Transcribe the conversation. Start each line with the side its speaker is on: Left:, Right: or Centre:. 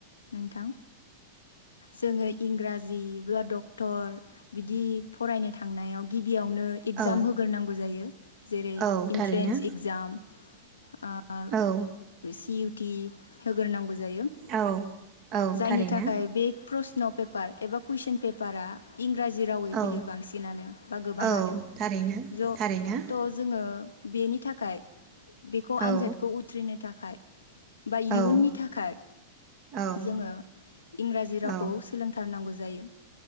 Left: नोंथां जोङो इंराजिब्ला डक डक्टर बिदि फरायनो थांनायाव गिब बियावनो एगजाम
Right: औ
Left: होग्रोनांगौ जायो। जेरै
Right: औ
Left: इन्ट्रेन्स
Right: थारैनो
Left: एक्जाम ओ
Right: औ
Left: सि इउ थि होगोरनांगौ जायो।
Right: औ औ
Left: जायनि
Right: थारैनो
Left: थाखाय बे प्रस्न' पेपार एबा कुइसन पेपारा इंराजि रावै
Right: औ
Left: फैयो बांसिनानो बा गोबाङानो
Right: औ थारैनो
Left: ज
Right: थारैनो
Left: थ' जोङो ओ बेनि थाखाय बेखौ आनजादखौ
Right: औ
Left: उथ्रिनो था खाय बा इयुननि
Right: औ
Left: थाखाय
Right: औ
Left: जोङो इंराजि रावखौ
Right: औ
Left: सोलोंथारनांगौ ज जायो।